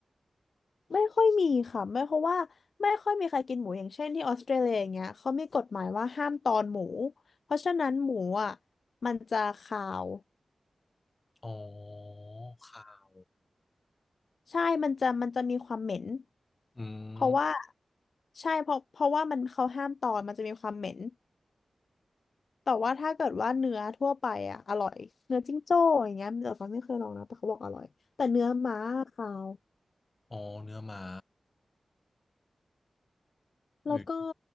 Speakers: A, on the left; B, on the left.
A: ไม่ค่อยมีค่ะไม่เพราะว่าไม่ค่อยมีใครกินหมูอย่างเช่นที่ออสเตรเลียอย่างเงี้ยเขามีกฎหมายว่าห้ามตอนหมูเพราะฉะนั้นหมูอ่ะมันจะคาว
B: อ๋อค่ะ
A: ใช่มันจะมันจะมีความเหม็น
B: อืม
A: เพราะว่าใช่เพราะเพราะว่ามันเขาห้ามตอนมันจะมีความเหม็น แต่ว่าถ้าเกิดว่าเนื้อทั่วไปอ่ะอร่อยเนื้อจิ้งโจ้อย่างเงี้ยแต่ฟ้าไม่เคยลองนะแต่เขาบอกอร่อยแต่เนื้อม้าขาว
B: อ๋อเนื้อม้า
A: แล้วก็
B: หือ